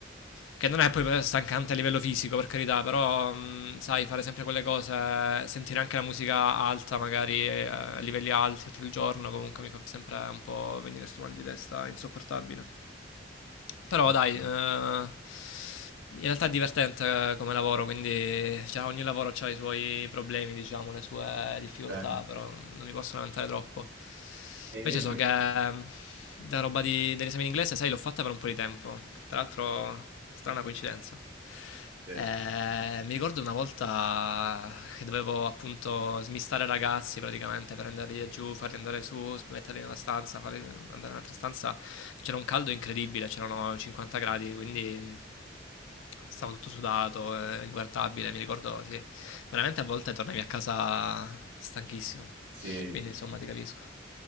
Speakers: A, on the left; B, on the right.
A: che non è poi stancante a livello fisico, per carità, però mh, sai, fare sempre quelle cose, sentire anche la musica alta, magari eh, a livelli alti tutto il giorno, comunque mi fa sempre un po' venire sto mal di testa insopportabile. Però
B: Mm.
A: dai, eh, in realtà è divertente eh, come lavoro, quindi cioè, ogni lavoro ha i suoi problemi, diciamo, le sue difficoltà,
B: Eh,
A: però non mi posso lamentare troppo.
B: E invece...
A: Invece so che eh, da roba di- dell'esame in inglese, sai, l'ho fatta per un po' di tempo. Tra l'altro, strana coincidenza.
B: Sì,
A: Eh, mi ricordo una volta che dovevo appunto smistare ragazzi praticamente, prenderli giù, farli andare su, metterli nella stanza, farli andare in un'altra stanza. C'era un caldo incredibile, c'erano 50 gradi, quindi mm, stavo tutto sudato, eh, inguardabile. Mi ricordo, sì, veramente a volte tornavi a casa stanchissimo.
B: sì,
A: Quindi insomma
B: sì.
A: ti capisco.